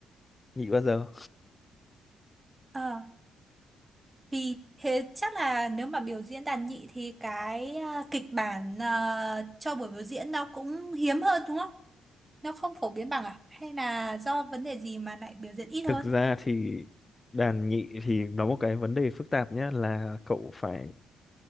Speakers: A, on the left; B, on the right.
A: nhị bao giờ
B: ờ vì thế chắc là nếu mà biểu diễn đàn nhị thì cái ờ, kịch bản ờ, cho buổi biểu diễn nó cũng hiếm hơn đúng không nó không phổ biến bằng à hay là do vấn đề gì mà lại biểu diễn ít hơn
A: thực ra thì đàn nhị thì nó một cái vấn đề phức tạp nhá là cậu phải